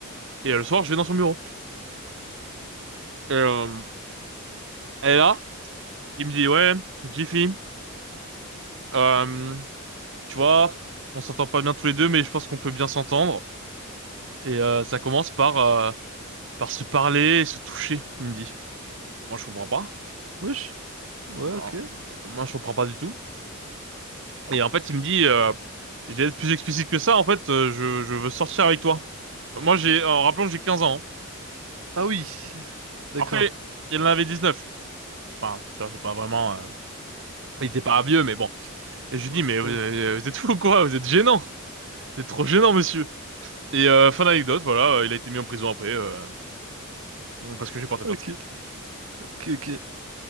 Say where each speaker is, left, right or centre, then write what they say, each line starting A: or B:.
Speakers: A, on the right; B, on the right.
A: Et euh, le soir, je vais dans son bureau. Et, euh, elle est là. Il me dit, ouais, Jiffy, euh, tu vois, on s'entend pas bien tous les deux, mais je pense qu'on peut bien s'entendre. Et euh, ça commence par, euh, par se parler et se toucher, il me dit. Moi, je comprends pas.
B: Wesh. Ouais,
A: Alors,
B: ok.
A: bon, moi, je comprends pas du tout. Et en fait, il me dit, euh, je vais être plus explicite que ça. En fait, euh, je, je veux sortir avec toi. Moi, j'ai, en rappelant que j'ai 15 ans. hein.
B: Ah oui. D'accord.
A: Après, il en avait 19. Enfin, tu vois, c'est pas vraiment, euh, il était pas vieux, mais bon. Et je lui
B: Bon,
A: dis,
B: c'était
A: mais
B: quand
A: vous, euh,
B: même.
A: vous êtes fou ou quoi? Vous êtes gênant. Vous êtes trop gênant, monsieur. Et euh, fin d'anecdote, voilà, euh, il a été mis en prison après, euh, parce que j'ai porté
B: Ok,
A: plainte.
B: ok, ok.